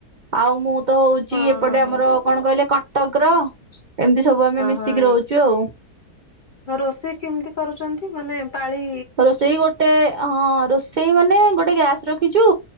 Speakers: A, on the right (about 85°); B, on the left (about 75°).
A: ଆଉ ମୁଁ ତ ହୋଉଚି
B: ହଁ
A: ଏପଟେ
B: ହଁ
A: ଆମର କଣ କଇଲେ କଟକର ଏମିତି ସବୁ ଆମେ ମିଶିକି
B: ହଁ।
A: ରୋ ହୁଚୁ ଆଉ।
B: ରୋଷେଇ କେମିତି କରୁଚନ୍ତି ମାନେ ପାଳି
A: ରୋଷେଇ ଗୋଟେ ହଁ ରୋଷେଇ ମାନେ ଗୋଟେ ଗ୍ୟାସ ରଖିଚୁ